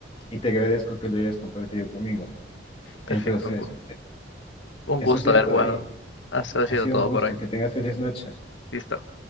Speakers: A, on the left; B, on the left.
A: y te agradezco que lo hayas compartido conmigo.
B: Perfecto,
A: Entonces,
B: un, gu- un
A: eso
B: gusto
A: ha sido
B: haber
A: todo
B: jugado.
A: y
B: Eso ha sido
A: ha sido
B: todo
A: un gusto,
B: por hoy.
A: que tengas feliz noche.
B: Listo.